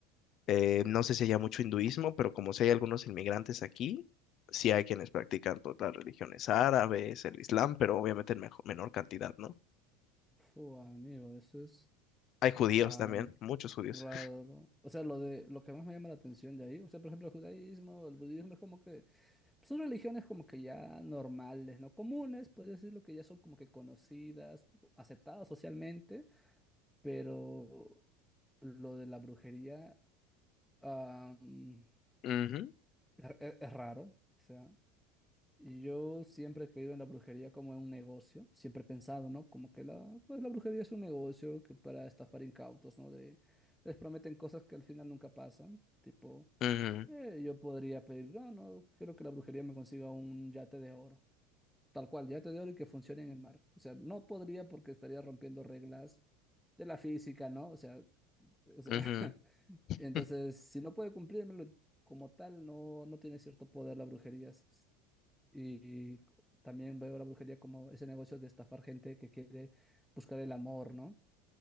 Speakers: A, on the left; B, in the centre.
A: Eh, no sé si haya mucho hinduismo, pero como si hay algunos inmigrantes aquí, sí hay quienes practican todas las religiones árabes, el islam, pero obviamente en mejo- menor cantidad, ¿no?
B: Fu, amigo, eso es
A: Hay judíos
B: ah,
A: también, muchos judíos.
B: raro. O sea, lo de lo que más me llama la atención de ahí, o sea, por ejemplo, el judaísmo, el budismo es como que Son religiones como que ya normales, no comunes, puedes decirlo que ya son como que conocidas, aceptadas socialmente, pero lo de la brujería ah, mm,
A: Ujú,
B: es, es raro. O sea, yo siempre he creído en la brujería como en un negocio, siempre he pensado, ¿no? Como que la, pues la brujería es un negocio que para estafar incautos, ¿no? De, les prometen cosas que al final nunca pasan, tipo,
A: ujú,
B: eh, yo podría pedir, no, no, quiero que la brujería me consiga un yate de oro. Tal cual, ya te digo que funcione en el mar. O sea, no podría porque estaría rompiendo reglas de la física, ¿no? O sea, o sea,
A: ujú,
B: <laughs> entonces,
A: <laughs>
B: si no puede cumplírmelo como tal, no, no tiene cierto poder la brujería. S- Y, y también veo la brujería como ese negocio de estafar gente que quiere buscar el amor, ¿no?